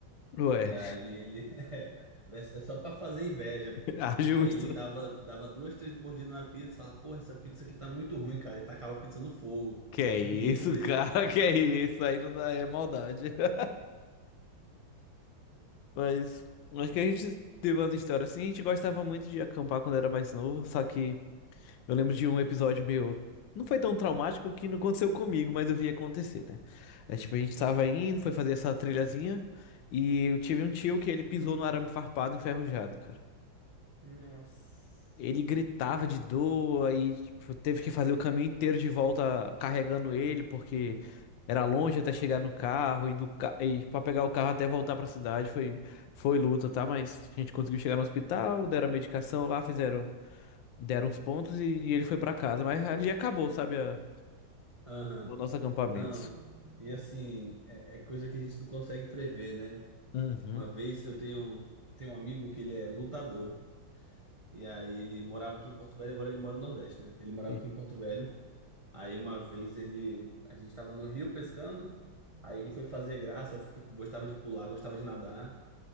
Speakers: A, on the left; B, on the right.
A: Ué,
B: E aí ele. <laughs> É, só pra fazer inveja. pô.
A: <laughs> ah, justo
B: Aí ele dava, dava duas, três mordidas na pizza e falava: Porra, essa pizza aqui tá muito ruim, cara. E tacava a pizza no fogo,
A: Que é
B: <laughs> pra
A: isso,
B: ninguém comer.
A: <laughs> cara, que é isso? Aí não dá, é maldade. <laughs> Mas acho que a gente teve umas histórias assim. A gente gostava muito de acampar quando era mais novo, só que. Eu lembro de um episódio meu. Não foi tão traumático que não aconteceu comigo, mas eu vi acontecer, né? É, tipo, a gente tava indo, foi fazer essa trilhazinha, e eu tive um tio que ele pisou no arame farpado enferrujado, cara.
B: Nossa.
A: Ele gritava de dor, aí, tipo, teve que fazer o caminho inteiro de volta carregando ele, porque era longe até chegar no carro, e, do ca... e pra pegar o carro até voltar pra cidade foi... foi luta, tá? Mas a gente conseguiu chegar no hospital, deram a medicação lá, fizeram deram os pontos e, e ele foi pra casa. Mas ali acabou, sabe, a,
B: Aham,
A: o nosso acampamento.
B: Não. E assim, é, é coisa que a gente não consegue prever, né?
A: Uhum.
B: Uma vez eu tenho, tenho um amigo que ele é lutador. E aí ele morava aqui em Porto Velho, agora ele mora no Nordeste, né? Ele morava
A: Sim.
B: aqui em Porto Velho. Aí uma vez ele, a gente tava no rio pescando, aí ele foi fazer graça, fica- gostava de pular, gostava de nadar.